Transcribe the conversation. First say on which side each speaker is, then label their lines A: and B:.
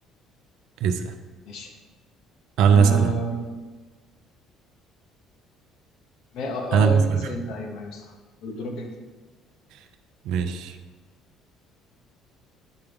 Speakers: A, on the right; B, on the left.
A: اسأل آه،
B: ماشي
A: انا
B: أه...
A: اللي اسأل انا
B: ما اه آه،
A: انا اللي
B: انت
A: اسأل
B: اسأل انت ايوه ايوه صح دورك
A: <laughs> ماشي